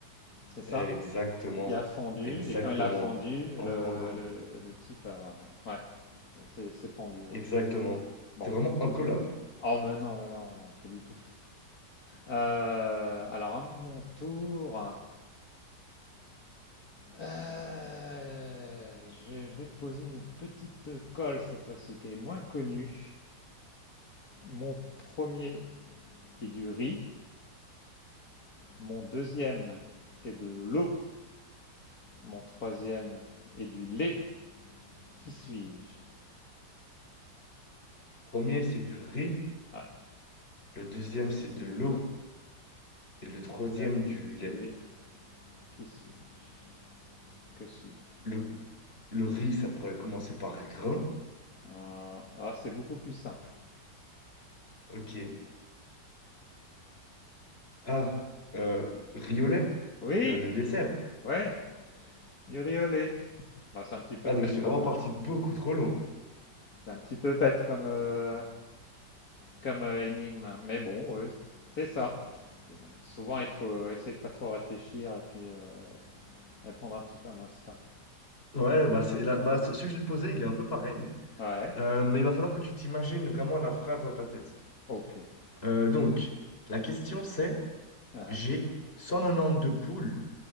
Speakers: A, on the left; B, on the left.
A: C'est ça?
B: Exactement.
A: qui a fondu,
B: Exactement.
A: et quand il a fondu,
B: Enfant
A: le,
B: d'en-
A: le, le type a. Ouais, c'est c'est pendu, ouais.
B: Exactement.
A: Bon.
B: C'est vraiment incollable.
A: Oh, mais non, mais non, pas du tout. Euh, alors, à mon tour, euh, je vais poser une petite colle cette fois-ci, qui est moins connue. Mon premier est du riz, mon deuxième est de l'eau, mon troisième est du lait. Qui suis-je?
B: Le premier, c'est du riz.
A: Ah,
B: Le deuxième,
A: le deuxième,
B: c'est
A: c'est
B: de
A: de
B: l'eau.
A: l'eau,
B: Et le troisième,
A: le deuxième est
B: du lait.
A: de lait. Qui suis-je? Que suis-je
B: Le, le riz, ça pourrait commencer par grain.
A: Euh, Ah, c'est beaucoup plus simple.
B: Ok. Ah, euh, riz au lait,
A: Oui,
B: le, le dessert.
A: ouais, du riolet. Bah, c'est un petit peu
B: Ah,
A: bête
B: donc j'étais
A: comme,
B: vraiment
A: euh,
B: parti beaucoup trop long.
A: c'est un petit peu bête comme, euh, comme euh, énigme, hein. mais bon, ouais, c'est ça. Euh, Souvent, il faut essayer de pas trop réfléchir et puis euh, répondre un petit peu à l'instinct.
B: Ouais, bah, c'est la- bah, ce ce que je vais te posé, il est un peu pareil.
A: Ouais,
B: Euh, mais il va falloir que tu t'imagines vraiment la phrase dans ta tête.
A: ok.
B: Euh, donc, la question, c'est...
A: Hein.
B: J'ai 192 poules,